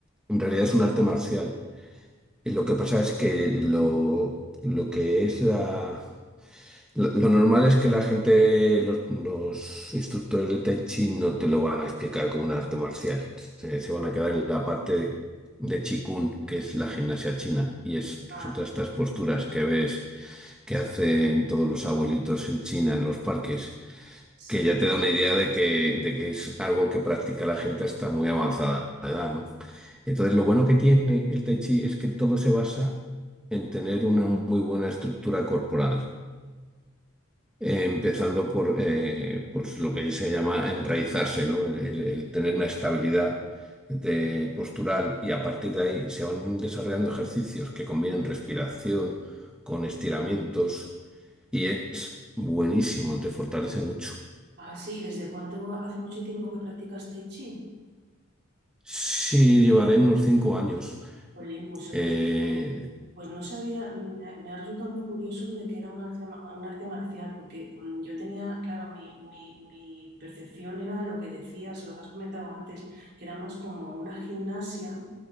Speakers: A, in the centre; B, on the right (about 50°).
A: en realidad es un arte marcial. Y lo que pasa es que lo, lo que es la, Lo, lo normal es que la gente, los, los instructores de Tai Chi no te lo van a explicar como un arte marcial. Se, se van a quedar en la parte de, de Chi Kung, que es la gimnasia china. Y es,
B: Ah,
A: son todas estas posturas que ves que
B: sí,
A: hacen todos los abuelitos en China, en los parques,
B: sí.
A: que ya te da una idea de que, de que es algo que practica la gente hasta muy avanzada edad, ¿no? Entonces, lo bueno que tiene el Tai Chi es que todo se basa en tener una muy buena estructura corporal eh, empezando por eh, pues lo que se llama enraizarse, ¿no? El, el- el tener una estabilidad de postural y a partir de ahí se van desarrollando ejercicios que combinan respiración con estiramientos y es buenísimo, te fortalece mucho.
B: Ah, sí, ¿desde cuánto hace mucho tiempo que practicas Tai Chi?
A: Sí, llevaré unos cinco años.
B: Jolín, pues oye,
A: Eh,
B: está- pues no sabía, me ha, me ha resultado muy curioso lo de que era un arte, ma- un arte marcial, porque mm, yo tenía, claro, mi, mi- mi percepción era lo que decías, lo que has comentado antes, que era más como una gimnasia